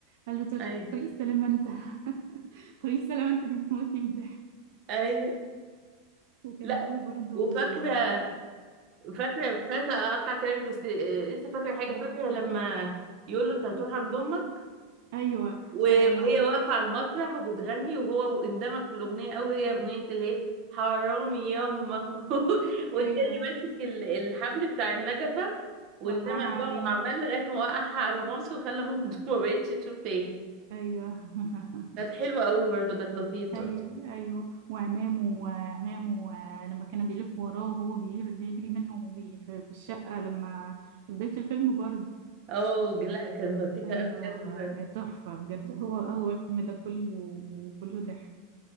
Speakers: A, on the right; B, on the right.
A: قال له تشكر
B: اي
A: طريق السلامه انت <laughs> طريق السلامه انت دي بتموتني من الضحك
B: اي
A: وكان
B: لا
A: في برضو
B: وفاكرة
A: آه،
B: فاكرة مش عايزة اقطع كلامك بس آه، لسه فاكرة حاجة
A: آه،
B: فاكرة لما يقول له انت هتروح عند امك
A: ايوه
B: و-
A: آه
B: وهي واقفة على المسرح وبتغني وهو اندمج في الاغنية قوي هي اغنية اللي هي حرامي ياما <laughs> والتاني
A: ايوه
B: ماسك ال- الحبل بتاع النجفة واندمج
A: وقعها
B: بقى
A: عليها
B: وعمل لغاية ما وقعها على مامته وخلى مامته <laughs> ما بقتش تشوف تاني
A: ايوه <laughs>
B: كانت حلوة قوي برضه كانت لطيفة
A: ايوه ايوه وعمامه وعمامه آه، لما كانوا بيلفوا وراه وهو بيجري بيجري منهم وبي في في الشقة لما في بداية الفيلم برضه
B: اه لا كان لطيفة
A: ايوه
B: قوي
A: آه،
B: قوي برضه
A: تحفة بجد هو هو الفيلم ده كله وكله ضحك